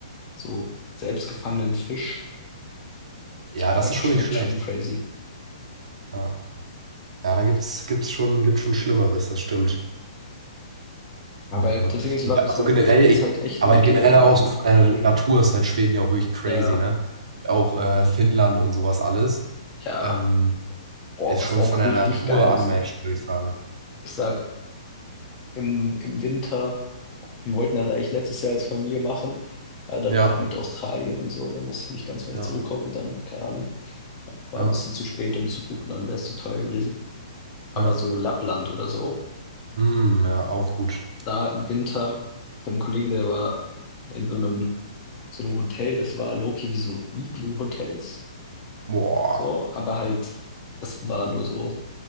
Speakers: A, on the left (about 15°); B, on the right (about 75°).
A: so selbstgefangenen
B: ja.
A: Fisch,
B: Ja,
A: ich sag,
B: das ist schon
A: schmeckt
B: nicht schlecht.
A: schon crazy.
B: Ja. Ja, da gibt's, gibt's schon, gibt's schon Schlimmeres, das stimmt.
A: Aber
B: Ja.
A: das Ding ist, ich
B: Ja,
A: war bisher
B: Also Ja. generell,
A: jetzt
B: ich,
A: halt echt
B: aber
A: nur in
B: generell
A: Dänemark,
B: auch
A: ne?
B: so von der Natur ist halt Schweden ja auch wirklich crazy,
A: Ja,
B: ne? Auch äh, Finnland und sowas alles
A: ja.
B: ähm,
A: Boah,
B: ist
A: was
B: schon
A: auch
B: von der
A: richtig
B: Natur
A: geil ist.
B: unmatched, würde ich sagen.
A: Ich sag, im, im Winter, wir wollten das eigentlich letztes Jahr als Familie machen. Ja, dann
B: Ja,
A: war halt mit Australien und so, und dann musste ich nicht ganz weit
B: ja,
A: zurückkommen und dann, keine Ahnung, War
B: ja,
A: ein bisschen zu spät, um zu buchen, dann wäre es zu teuer gewesen. Aber
B: ja.
A: so Lappland oder so,
B: Hm, ja, auch gut.
A: da im Winter, ich habe einen Kollegen, der war in so einem, so einem Hotel, das war Loki wie so Igloo-Hotels,
B: Boah.
A: so, aber halt, das war nur so,